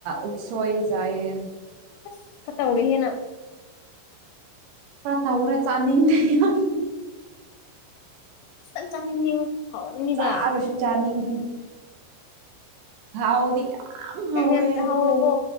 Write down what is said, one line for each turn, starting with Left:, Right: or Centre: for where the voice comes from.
Right: ꯎꯠꯁꯣꯏ ꯆꯥꯏꯌꯦ
Left: ꯑꯁ ꯈꯔ ꯇꯧꯔꯦꯍꯦ ꯅꯪ
Right: ꯈꯔ ꯇꯧꯔꯦ ꯆꯥꯅꯤꯡꯗꯦ ꯌꯥꯝ
Left: ꯈꯤꯇꯡ ꯆꯥꯅꯤꯡꯉꯦꯉꯣ ꯍꯥꯎꯔꯝꯅꯤꯗ
Right: ꯆꯥꯔꯁꯨ ꯆꯥꯅꯤꯡ ꯍꯥꯎꯗꯤ ꯌꯥꯝ ꯍꯥꯎꯋꯦ
Left: ꯌꯥꯝ ꯆꯥꯍꯧꯔꯣꯀꯣ
Right: ꯑꯗꯣ